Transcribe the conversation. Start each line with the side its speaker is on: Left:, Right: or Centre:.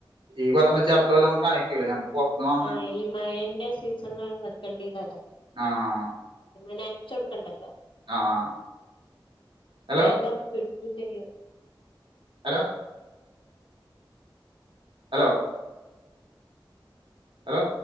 Right: ഈ കൊല്ലം വെച്ച അടുത്ത കൊല്ലാകുമ്പ കായ് ക്യുല്ലേ നമക്ക് പൊറത്ത്ന്ന് വാ
Left: ആഹ് ഈ മഴേന്റെ സീസണിലാണ് വെക്കേണ്ടിയതത്
Right: ആഹ്
Left: പിന്നെ നനച്ച് കൊടുക്കണ്ടല്ലോ
Right: ആഹ് ഹലോ
Left: വേഗം പിടിക്വെ ചെയ്യൂ
Right: ഹലോ ഹലോ ഹലോ